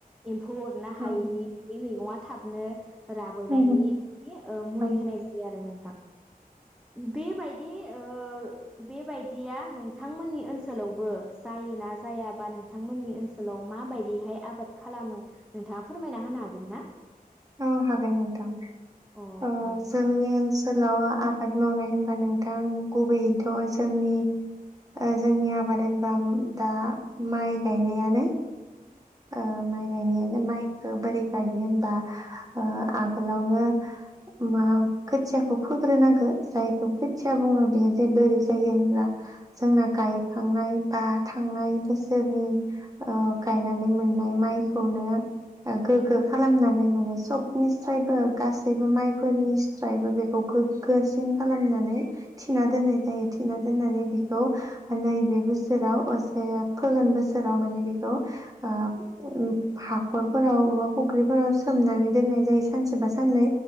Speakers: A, in the centre; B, on the right (about 20°).
A: एम्फौ अरनो
B: औ
A: हायैनि बे मैगङा थाब नो राबोनायनि
B: औ
A: दि मुलि
B: औ
A: होनाय जायो आरो नोंथां बेबायदि ओ बेबायदिया नों नोंथांमोननि ओनसोलावबो जायो ना जाया बा नोंथांमोननि ओनसोलाव माबायदिहाय आबाद खालामो नोंथाङा फोरमायना होनो हागोन ना?
B: औ हागो नोंथां
A: अ औ
B: ओ
A: नों
B: जोंनि ओनसोल ओनसोलाव आबाद मावनाय होनबा नोंथां गुबैयैथ' जोंनि - जोंनि आबाद होनबा दा माइ गायनायानो। ओ माइ गायनायानो माइ बोरै गायो होनबा ओ आगोलावनो मा खोथियाखौ फोग्रोनांगो जायखौ खोथिया बुङो बे जे बोरै जायो होनब्ला जोंना गायखांनाय बा थांनाय बोसोरनि ओ गायनानै माने मोननाय माइखौनो गोगो खालामनानै माने सबनिस्रायबो गासैबो माइफोरनि स्रायबो बेखौ गोगोसिन खालामनानै थिना दोननाय। जायो थिना दोननानै बेखौ नैबे बोसोराव असे फोगोन बोसोराव माने बेखौ ओ उम हाखरफोराव बा फुख्रिफोराव सोमनानै दोननाय जायो सानसे बा साननै